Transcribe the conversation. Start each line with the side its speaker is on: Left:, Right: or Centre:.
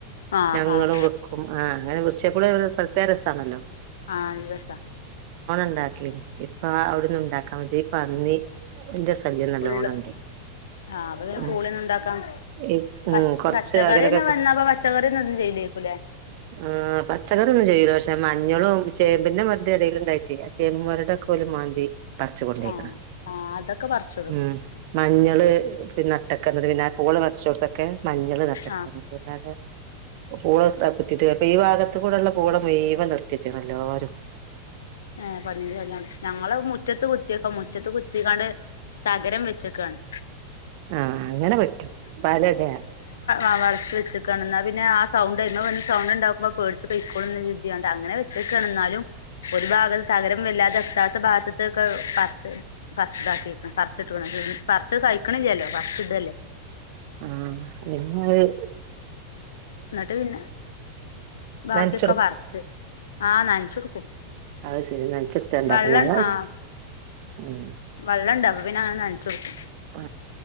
Left: ആഹ്
Right: ഞങ്ങളും
Left: ആഹ്
Right: വെക്കും ആ അങ്ങനെ വ് എപ്പളും ഒരു പ്രത്യേക രസാണല്ലോ.
Left: ആഹ് നല്ല രസാ
Right: ണ്ടാക്കീത് ഇപ്പൊ അവിടൊന്നുണ്ടാക്കാൻ വെജ്ജ ഈ പന്നി റിൻ്റസ് ശല്യം നല്ലോണണ്ട്
Left: ഫുള്ള് ആഹ് അപ്പൊ പിന്നെ
Right: ഉം
Left: പൂളിയൊന്നും ഉണ്ടാക്കാം
Right: എയ് ഉം
Left: പച്ച
Right: കൊറച്ച്
Left: പച്ചക്കറി
Right: അകലൊക്കെ
Left: തന്നെ വന്നാപ്പ പച്ചക്കറി ഒന്നും ചെയ്യില്ലേക്കുല്ലേ
Right: ആ പച്ചക്കറിന്നും ചെയ്യൂല പഷേ തെ മഞ്ഞളും ചേമ്പിൻ്റെ മദ്ദ് ഏടേല്ണ്ടാക്കിയ ചേമ്പും മൊരടൊക്കോല് മാന്തി പറിച്ചുകൊണ്ടേയ്ക്ക്ണ്.
Left: ആഹ് ആഹ് അതൊക്കെ പറിച്ചിടും
Right: ഉം മഞ്ഞള് പിന്നെ നട്ടൊക്കത് പിന്നെ പൂള പറ്ച്ചോട്ത്തൊക്കെ മഞ്ഞൾ നട്ട്ക്കാണ്
Left: ആഹ്
Right: അതെല്ലാരും പ പൂള നട്ട കുത്തിട്ട് അപ്പൊ ഈ ഭാഗത്ത് കൂടെള്ള പൂള മുയ് വൻ നിർത്തിച്ച് ണെല്ലാരും
Left: ഏഹ് പന്നിന്റെ ശല്യാണ് ഞങ്ങള് മുറ്റത്ത് കുത്തിയക്കൊ മുറ്റത്ത് കു ത്തിങ്ങാണ്ട് തകരം വെച്ചക്കയാണ്
Right: ആഹ് അങ്ങനെ പറ്റും വല ഇട
Left: ആ വളർച്ച വെച്ചക്ണാ പിന്നെ ആ സൗണ്ട് ഇണ വന്ന് സൗണ്ട്ണ്ടാക്കുമ്പോ പേടിച്ച പെയ്ക്കോളും ന്ന് കര്തിങ്ങാണ്ട് അങ്ങനെ വെച്ചേക്കാണ് ഇന്നാലും ഒരു ഭാഗൽ തകരം വല്ലാതെ എത്താത്ത ഭാഗത്തൊക്കെ പറിച്ച് പറി ച്ച് ഇതാക്കിക്ണം പറച്ച്ട്ക് ണം പറിച്ച് കഴിക്കണില്ലല്ലോ പറച്ച് ഇടെല്ലേ
Right: ആഹ് വിര്ന്നോയി
Left: ഇന്നിട്ട് പിന്നെ ബാക്കിയൊക്കെ
Right: നനച്ചൊടു
Left: വർച്ച് ആഹ് നനച്ചോകൊടുക്കും
Right: അത് ശരി നനച്ചൊടുത്ത ഉണ്ടാക്കും
Left: വെള്ളം
Right: ഞങ്ങൾ
Left: ആഹ്
Right: ഉം
Left: വെള്ളുണ്ട് അപ്പ പിന്നെ അങ്ങനെ ന ച്ചോട്ക്കും
Right: ആ